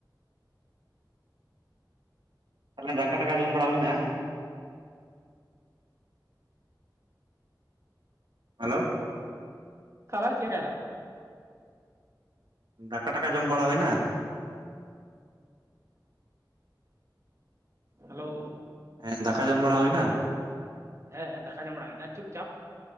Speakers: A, on the right; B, on the right.
A: <unintelligible> ᱫᱟᱠᱟ ᱴᱟᱠᱟ ᱡᱚᱢ ᱵᱟᱲᱟ ᱦᱩᱭᱱᱟ ᱵᱟᱝ ᱦᱮᱞᱳ
B: <inaudible>
A: ᱫᱟᱠᱟ ᱴᱟᱠᱟ ᱡᱚᱢ ᱵᱟᱲᱟ ᱦᱩᱭᱱᱟ
B: ᱦᱮᱞᱳ
A: ᱦᱮᱸ ᱫᱟᱠᱟ ᱡᱚᱢ ᱵᱟᱲᱟ ᱦᱳᱭᱱᱟ
B: ᱦᱮᱸ ᱫᱟᱠᱟ ᱡᱚᱢ ᱵᱟᱲᱟ ᱦᱩᱭᱮᱱᱟ ᱪᱩᱯ ᱪᱟᱯ